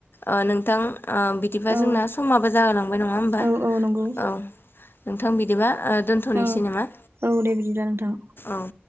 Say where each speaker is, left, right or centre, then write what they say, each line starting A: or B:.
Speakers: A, on the left (about 60°); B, on the right (about 75°).
A: ओ नोंथां? ओ बिदिबा
B: औ
A: जोंना समाबो जाहोलांबाय नङा होमबा?
B: औ औ नंगौ
A: औव। नोंथां, बिदिबा ओ दोन्थ'नोसै
B: औ
A: नामा?
B: औ दे बिदिब्ला नोंथां
A: औव।